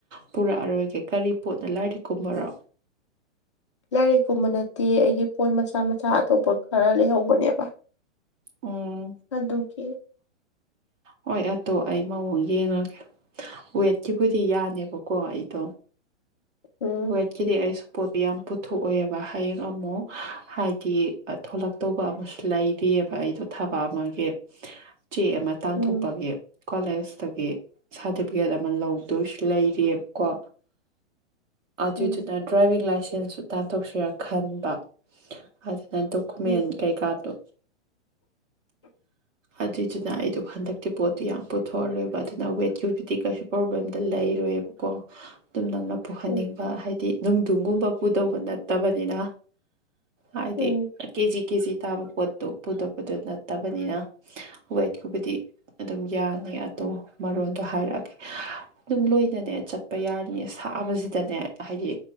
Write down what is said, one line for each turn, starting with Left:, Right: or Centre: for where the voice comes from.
Right: ꯄꯨꯔꯛꯑꯔꯣꯏꯒꯦ ꯀꯔꯤ ꯄꯣꯠꯅ‌ꯣ ꯂꯥꯏꯔꯤꯛꯀꯨꯝꯕꯔꯣ
Left: <inaudible> ꯂꯥꯏꯔꯤꯛꯀꯨꯝꯕ ꯅꯠꯇꯦ ꯑꯩꯒꯤ ꯄꯣꯠ ꯃꯆꯥ ꯃꯆꯥ ꯑꯇꯣꯞꯄ ꯈꯔ ꯂꯩꯍꯧꯕꯅꯦꯕ
Right: ꯎꯝ
Left: ꯑꯗꯨꯒꯤ
Right: ꯍꯣꯏ ꯑꯗꯣ ꯑꯩ ꯃꯑꯣꯡ ꯌꯦꯡꯉꯒꯦ ꯋꯦꯠꯀꯤꯕꯨꯗꯤ ꯌꯥꯅꯦꯕꯀꯣ ꯑꯩꯗꯣ
Left: ꯎꯝ
Right: ꯋ‌ꯦꯠꯀꯤꯗꯤ ꯑꯩꯁꯨ ꯄꯣꯠꯇꯤ ꯌꯥꯝ ꯄꯨꯊꯣꯛꯑꯏꯦꯕ ꯍꯌꯦꯡ ꯑꯃꯨꯛ ꯍꯥꯏꯗꯤ ꯊꯣꯂꯛꯇꯧꯕ ꯑꯃꯁꯨ ꯂꯩꯔꯤ ꯌ‌ꯦꯕ ꯑꯩꯗꯣ ꯊꯕꯛ ꯑꯃꯒꯤ ꯆꯦ ꯑꯃ ꯇꯥꯟꯊꯣꯛꯄꯒꯤ
Left: ꯎꯝ
Right: ꯀꯣꯂꯦꯖꯇꯒꯤ ꯁꯥꯔꯇꯤꯐꯤꯀꯦꯠ ꯑꯃ ꯂꯧꯗꯣꯏꯁꯨ ꯂꯩꯔꯤꯑꯕꯀꯣ ꯑꯗꯨꯏꯗꯨꯅ
Left: ꯎꯝ
Right: ꯗ꯭ꯔꯥꯏꯚꯤꯡ ꯂꯥꯏꯁꯦꯟꯁꯁꯨ ꯇꯥꯟꯊꯣꯛꯁꯤꯔ ꯈꯟꯕ ꯑꯗꯨ ꯅ ꯗꯣꯀꯨꯃꯦꯟ
Left: ꯎꯝ
Right: ꯀꯩꯀꯥꯗꯣ
Left: <inaudible>
Right: ꯑꯗꯨꯏꯗꯨꯅ ꯑꯩꯗꯣ ꯍꯟꯗꯛꯇꯤ ꯄꯣꯠꯇꯣ ꯌꯥꯝ ꯄꯨꯊꯣꯛꯑꯔꯣꯏꯕ ꯑꯗꯨꯅ ꯋꯦꯠꯀꯤꯕꯨꯗꯤ ꯀꯩꯁꯨ ꯄ꯭ꯔꯣꯕ꯭ꯂꯦꯝꯗ ꯂꯩ ꯂꯩꯔꯣꯏꯑꯕꯀꯣ ꯑꯗꯨꯝ ꯅꯪꯅ ꯄꯨꯍꯟꯅꯤꯡꯕ
Left: ꯎꯝ
Right: ꯍꯥꯏꯗꯤ ꯅꯨꯡꯊꯒꯨꯝꯕ ꯄꯨꯗꯧꯕ ꯅꯠꯇꯕꯅꯤꯅ ꯍꯥꯏꯗꯤ
Left: ꯎꯝ
Right: ꯀꯦ ꯖꯤ ꯀꯦꯖꯤ ꯇꯥꯕ ꯄꯣꯠꯇꯣ ꯄꯨꯗꯣꯛ ꯑꯗꯨ ꯅꯠꯇꯕꯅꯤꯅ ꯋꯦꯠꯀꯨꯕꯨꯗꯤ ꯑꯗꯨꯝ ꯌꯥꯅꯤ ꯑꯗꯣ ꯃꯔꯣꯟꯗꯣ ꯍꯥꯏꯔꯛꯑꯒꯦ ꯑꯗꯨꯝ ꯂꯣꯏꯅꯅꯦ ꯆꯠꯄ ꯌꯥꯔꯅꯤ ꯁꯥꯕꯁꯤꯗꯅꯦ ꯍꯥꯏꯗꯤ